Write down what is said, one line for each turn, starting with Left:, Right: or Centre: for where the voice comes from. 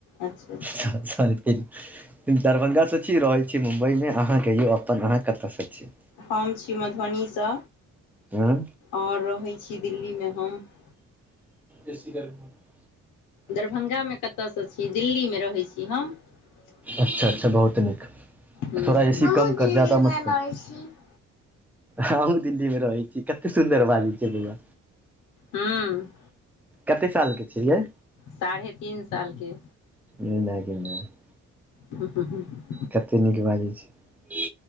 Left: अच्छा अच्छा
Centre: स फ <unintelligible> दरभंगासँ छी रहै छी मुम्बइमे अहाँ कहियौ अपन अहाँ कतयसँ छी
Left: हम छी मधुबनीसँ
Centre: हँ
Left: आओर रहै छी दिल्लीमे हम '
Centre: ससी ग <unintelligible>
Left: दरभंगा मे कतयसँ छी दिल्ली मे रहै छी हम
Centre: अच्छा
Left: हमहू हँ
Centre: अच्छा बहुत नीक
Left: हं
Centre: थोड़ा ए सी
Left: हमहु
Centre: कम कर
Left: दिल्ली
Centre: जादा मत
Left: में
Centre: कर
Left: लहे छी <unintelligible>
Centre: हमहूँ दिल्लीमे रहै छी कतेक सुन्दर बाजै छै बौआा
Left: हूँ
Centre: कते साल के छै यै
Left: साढ़े तीन सालके
Centre: नय मैगे मै <unintelligible>
Left: ह हंऽ हं <unintelligible>
Centre: कते नीक बाजे छै